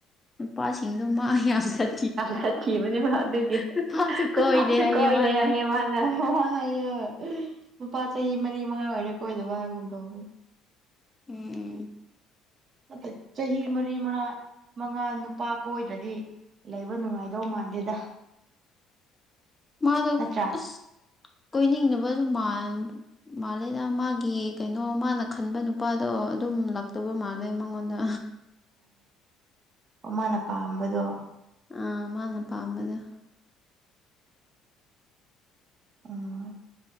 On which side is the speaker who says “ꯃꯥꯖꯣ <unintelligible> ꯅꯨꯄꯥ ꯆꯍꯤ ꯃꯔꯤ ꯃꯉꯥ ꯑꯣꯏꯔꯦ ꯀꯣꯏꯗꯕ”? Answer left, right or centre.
Right